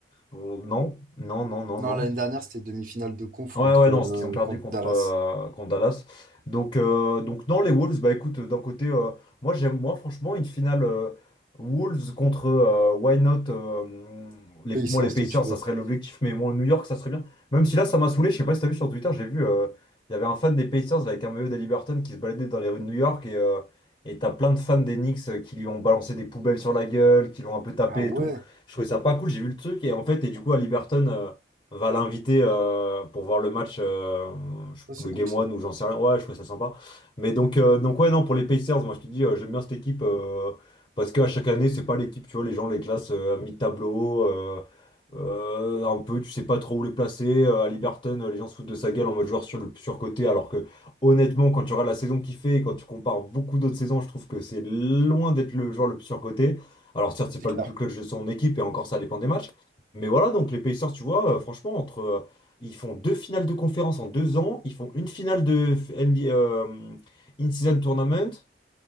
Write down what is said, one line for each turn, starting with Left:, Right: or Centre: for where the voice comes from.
Left: Non, non, non, non,
Right: Non,
Left: non.
Right: l'année dernière, c'était demi-finale de conf
Left: Ouais,
Right: contre,
Left: ouais, non,
Right: euh,
Left: ce qu'ils ont perdu
Right: contre
Left: contre,
Right: Dallas.
Left: euh, contre Dallas. Donc, euh, donc, dans les Wolves, bah écoute, d'un côté, euh, moi, j'aime, moi, franchement, une finale euh, Wolves contre euh, Why Not, euh, les,
Right: Pacers,
Left: moi, les Pacers,
Right: toi, tu veux.
Left: ça serait l'objectif, mais bon, New York, ça serait bien. Même si là, ça m'a saoulé, je sais pas si t'as vu sur Twitter, j'ai vu, euh, il y avait un fan des Pacers avec un maillot d'Aliberton qui se baladait dans les rues de New York, et euh, et t'as plein de fans des Knicks euh, qui lui ont balancé des poubelles sur la gueule, qui l'ont un peu tapé
Right: Ah ouais,
Left: et tout. Je trouvais ça pas cool, j'ai vu le truc, et en fait, et du coup, Haliburton va l'inviter euh, pour voir le match, euh, je-
Right: Ouais, c'est
Left: le Game
Right: cool ça.
Left: One ou j'en sais rien. Ouais, je trouvais ça sympa. Mais donc, euh, donc ouais, non, pour les Pacers, moi je te dis, euh, j'aime bien cette équipe euh, parce qu'à chaque année, c'est pas l'équipe, tu vois, les gens les classent euh, à mi-tableau. euh, euh, un peu, tu sais pas trop où les placer. Euh, à Liberton, euh, les gens se foutent de sa gueule en mode joueur sur le surcoté, alors que honnêtement, quand tu regardes la saison qu'il fait et quand tu compares beaucoup d'autres saisons, je trouve que c'est loin d'être le joueur le plus surcoté. Alors certes, c'est
Right: C'est
Left: pas
Right: clair.
Left: le plus clutch de son équipe et encore ça dépend des matchs. Mais voilà, donc les Pacers, tu vois, euh, franchement, entre euh, ils font deux finales de conférence en deux ans, ils font une finale de NBA euh, In-Season Tournament.